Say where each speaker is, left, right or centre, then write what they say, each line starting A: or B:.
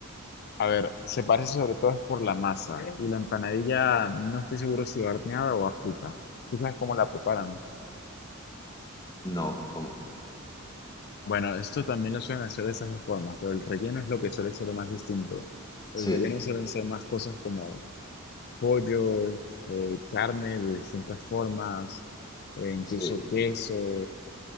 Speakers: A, on the left; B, on the left.
A: a ver, se parece sobre todo es por la masa, y la empanadilla no estoy seguro si horneada o a frita. ¿Tú sabes cómo la preparan?
B: No, ¿cómo?
A: Bueno, esto también lo suelen hacer de esas dos formas, pero el relleno es lo que suele ser lo más distinto.
B: Sí,
A: El relleno suelen ser más cosas como pollo, eh, carne de distintas formas, eh, incluso
B: sí,
A: queso,